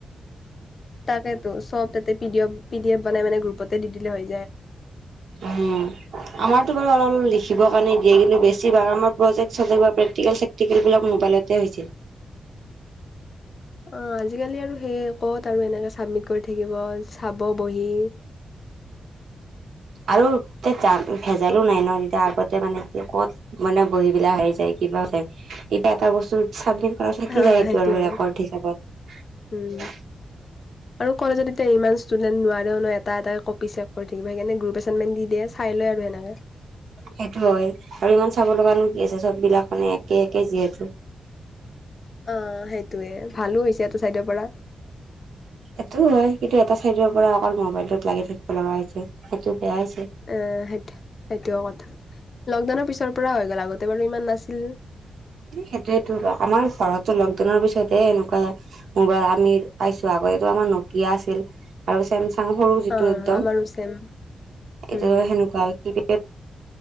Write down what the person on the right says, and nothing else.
উম আমাৰ। টো অলপ লিখিব কাৰণে দিয়ে কিন্তু বেছি ভাগ আমাৰ প্ৰজেক্ট চজেক প্ৰেটিকেল চেকটিকেল বিলাক মোবাইলতে হয় ছিল।
আৰু তে যা ভেজালো নাই ন এতিয়া আগতে মানে কি ক'ত মানে বহি বিলাক হেৰাই যায়। কিবা যে এতিয়া এটা বস্তু চামি কৰা থাকি
যায় এইটো
আৰু ৰেকৰ্ড হিচাপত।
সেইটো হয় আৰু ইমান চাব লগানো আছে চব বিলাক মানে একে একে যিহেতু
এইটো হয় কিন্তু এটা চাইডৰ পৰা অকল মোবাইলটোত লাগি থাকিব লগা হৈছে সেইটো। বেয়া হৈছে
সেইটোয়েতো আমাৰ ঘৰতো লকডাউনৰ পিছতহে এনেকুৱা মোবাইল আমি পাইছো আ। আকৌ এইটো আমাৰ নকিয়া আছিল আৰু ছেমচাং চাং সৰু যিটো
একদম
এটো সেনেকুৱা কিপেট